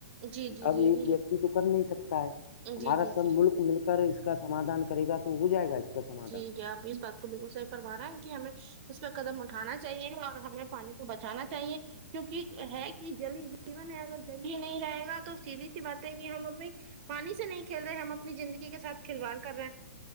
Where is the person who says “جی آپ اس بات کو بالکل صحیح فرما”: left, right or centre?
Right